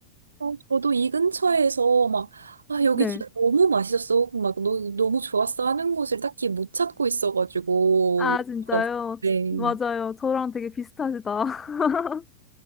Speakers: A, on the right; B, on the left.
A: 어, 저도 이 근처에서 막, 아, 여기
B: 네.
A: 진짜 너무 맛있었어. 막, 너, 너무 좋았어 하는 곳을 딱히 못 찾고 있어가지고.
B: 아, 진짜요?
A: 네.
B: 맞아요. 저랑 되게 비슷하시다. <laughs>